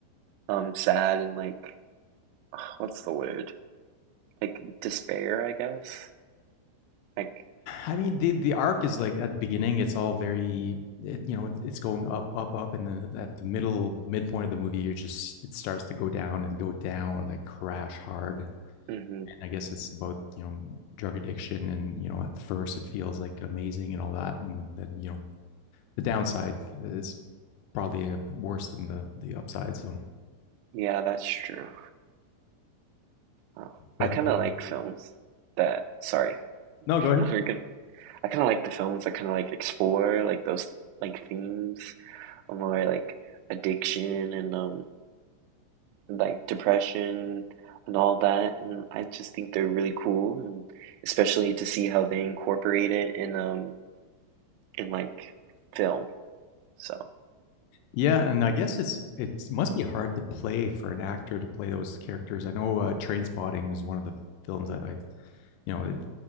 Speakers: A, on the right; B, on the left.
A: um sad and like <sighs> what's the word? Like despair, I guess. Like,
B: I mean, the the arc is like at the beginning, it's all very, it, you know, it's going up, up, up, and then at the middle midpoint of the movie, you're just it starts to go down and go down like crash hard
A: hmm
B: I guess it's about, you know, drug addiction and, you know, at first it feels like amazing and all that. And then, you know, the downside is probably uh, worse than the, the upside. So,
A: yeah, that's true. Oh,
B: but
A: I kind
B: uh,
A: of like films that. Sorry,
B: no,
A: <laughs>
B: go ahead.
A: we're good. I kind of like the films that kind of like explore like those like themes of more like addiction and um like depression and all that. And I just think they're really cool, and especially to see how they incorporate it in um in like film. So
B: Yeah. And I guess it's, it must be hard to play for an actor to play those characters. I know uh, Train Spotting is one of the films that I, you know, it